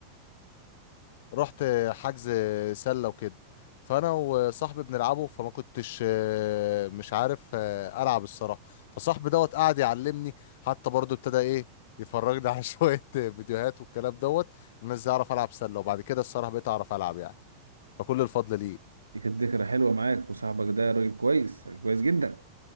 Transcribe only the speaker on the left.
رحت حجز سله وكده فانا وصاحبي بنلعبه فما كنتش آه، مش عارف آه، العب الصراحه فصاحبي دوت قعد يعلمني حتى برضو ابتدى ايه يفرجني على <laughs> شويه فيديوهات والكلام دوت ان ازاي اعرف العب سله وبعد كده الصراحه بقيت اعرف العب يعني فكل الفضل ليه